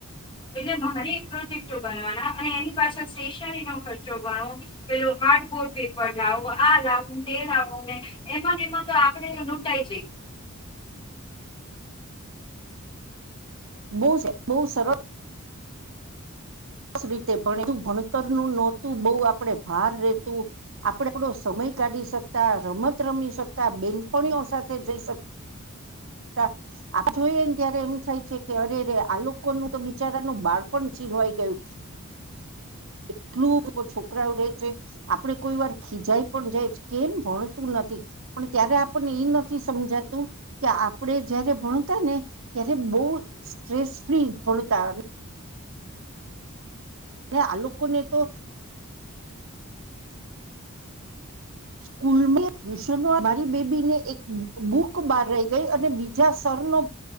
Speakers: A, on the left (about 25°); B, on the right (about 65°).
A: એટલે મારે પ્રોજેક્ટો બનાવાના અને એની પાછ સ્ટેશનરી નો ખર્ચો ગણો પેલો હાર્ડબોર્ડ પેપર લાવો આ લાવો તે લાવો ને એમાંને એમાં તો આપડ તો લૂંટાઈ જઈ
B: બહ બહુ સરળ સરસ રીતે ભું ભણતર નું નહોતું બહ આપડે ભાર રેતું આપડે આપડો સમય કાઢી શકતા રમત રમી શકતા તો બિલ પણઓ સાથે જઈ શકે આપ જોઈએ ને ત્યારે એમ થાય છે કે અરેરે આ લોકો ન તો બિચારાનું બાળ પણ છીનવાઈ ગયું એટલું છોકરાઓ રે છે આપડ કોઈ વાર ખીજાય પણ જાય કેમ ભણતું નથી પણ ત્યારે આપણને એ નથી સમજાતું કે આપણે જય્યારે ભણતા ને ત્યારે બહુ સ્ટ્રેસ ફ્રી ભણતા હ આલુ કોને તો ટ્યુશ મારી બેબીને એક બુક બાર રઈ ગઈ અને બીજા સર નો